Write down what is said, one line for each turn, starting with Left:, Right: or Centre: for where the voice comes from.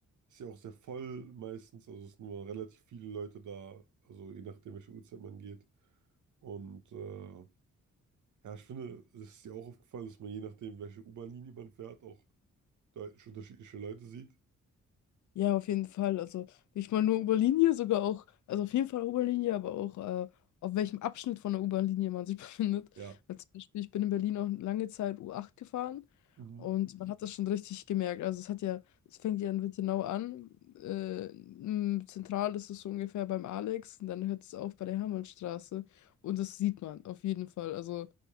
Right: Ist ja auch sehr voll meistens, also es sind nur relativ viele Leute da, also je nachdem, welche Uhrzeit man geht. Und äh, ja, ich finde, es ist dir auch aufgefallen, dass man je nachdem, welche U-Bahn-Linie man fährt, auch deutlich unterschiedliche Leute sieht.
Left: Ja, auf jeden Fall. Also nicht mal nur U-Bahn-Linie, sogar auch, also auf jeden Fall U-Bahn-Linie, aber auch äh, auf welchem Abschnitt von der U-Bahn-Linie man sich <laughs> befindet.
Right: Ja.
Left: Weil zum Beispiel, ich bin in Berlin auch lange Zeit U8 gefahren
Right: Mhm.
Left: und man hat das schon richtig gemerkt. Also es hat ja, es fängt ja in Wittenau an. Äh, m, zentral ist es so ungefähr beim Alex und dann hört es auf bei der Hermannstraße. Und das sieht man auf jeden Fall. Also